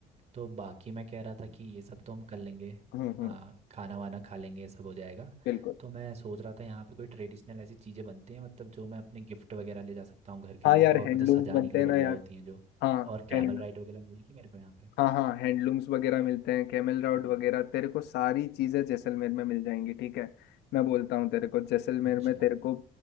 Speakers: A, on the right (about 40°); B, on the left (about 80°).
A: तो बाकी मैं कह रहा था कि ये सब तो हम कर लेंगे
B: हम्म हम्म
A: हाँ खाना वाना खा लेंगे ये सब हो जाएगा
B: बिल्कुल
A: तो मैं सोच रहा था यहाँ पे कोई ट्रेडिशनल ऐसी चीज़ें बनती हैं मतलब जो मैं अपने गिफ्ट वगैरह ले जा सकता हूँ घर के
B: हाँ
A: लिए
B: यार
A: और
B: हैंडलूम
A: मतलब सजाने
B: बनते
A: के लिए
B: हैं
A: बढ़िया
B: ना यार
A: होती हैं जो
B: हाँ
A: और कैमल
B: हैंड
A: राइड वगैरह मिलेगी मेरे को यहाँ पे
B: हाँ हाँ हैंडलूम्स वगैरह मिलते हैं कैमल राउड
A: हम्म।
B: वगैरह तेरे को सारी चीज़ें जैसलमेर में मिल जाएंगी ठीक है मैं बोलता हूँ तेरे को जैसलमेर
A: अच्छा
B: में तेरे को